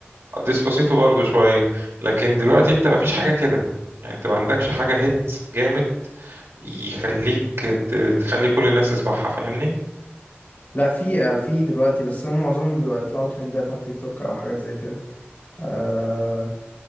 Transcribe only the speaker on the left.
لا في آه، في دلوقتي بس هم معظمهم بيطلعوا ترندات على التيك توك أو حاجات زي كده آه،